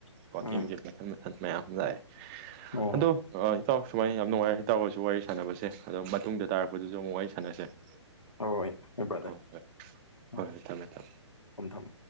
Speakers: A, on the left (about 85°); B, on the right (about 20°).
A: ꯎꯝ
B: ꯋꯥꯛꯀꯤꯡꯁꯦ ꯃꯊꯟ ꯃꯊꯟ ꯃꯌꯥꯝ ꯂꯥꯛꯑꯦ
A: ꯎꯝ
B: ꯑꯗꯣ ꯑ ꯏꯇꯥꯎ ꯁꯨꯃꯥꯏꯅ ꯌꯥꯝ ꯅꯨꯡꯉꯥꯏꯔꯦ ꯏꯇꯥꯎꯒꯁꯨ ꯋꯥꯔꯤ ꯁꯥꯟꯅꯕꯁꯦ ꯑꯗꯣ ꯃꯇꯨꯡꯗ ꯇꯥꯔꯛꯄꯗꯨꯁꯨ ꯑꯃꯨꯛ ꯋꯥꯔꯤ ꯁꯥꯟꯅꯁꯦ ꯍꯣꯏ
A: ꯑꯣ ꯍꯣꯏ ꯕ꯭ꯔꯗꯔ
B: ꯍꯣꯏ
A: ꯎꯝ
B: ꯍꯣꯏ ꯊꯝꯃꯦ ꯊꯝꯃꯦ
A: ꯊꯝꯃꯦ ꯊꯝꯃꯦ